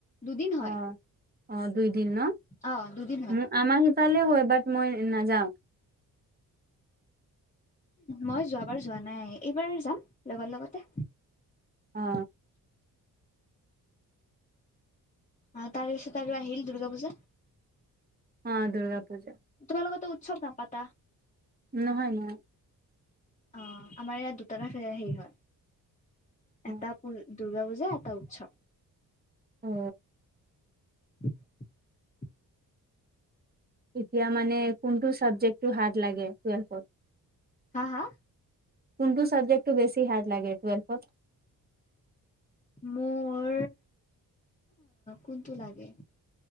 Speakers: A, on the left; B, on the right.
A: দুদিন
B: অ
A: হয়
B: অ দুইদিন ন
A: অ', দুদিন হয়,
B: আমাৰ সিফালে হয় বাট মই নাযাওঁ
A: মই যোৱাবাৰ যোৱা নাই এইবাৰ যাম লগত লগতে
B: অ
A: অ তাৰপিছতে আৰু আহিল দুৰ্গা পূজা
B: অ দুৰ্গা পূজা
A: তোমালোকৰ তো উৎসৱ নাপাতা
B: নহয় নহয়
A: আহ আমাৰ ইয়াত দুটাটাে <unintelligible> হেৰি হয়
B: অ
A: এটা দুৰ্গা পূজা এটা উৎসৱ
B: অ
A: <unintelligible>
B: এতিয়া মানে কোনটো ছাবজেক্টটো হাৰ্ড লাগে টুৱেলফত
A: হা হা
B: কোনটো চাবজেক্টটো বেছি হাত লাগে টুৱেলফত
A: মোৰ কোনটো লাগে